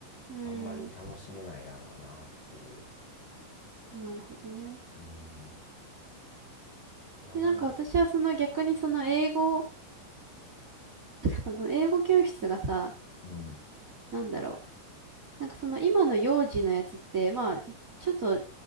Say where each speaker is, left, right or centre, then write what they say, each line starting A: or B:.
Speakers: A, on the right (about 85°); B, on the left (about 40°).
A: うん。
B: あんまり楽しめないだろうなっていう。
A: なるほどね。
B: うん。まあ、
A: で、
B: なんだか、
A: なんか私はその逆にその英語、その英語教室がさ、
B: うん、
A: なんだろう。なんかその今の幼児のやつって、まあ、ちょっと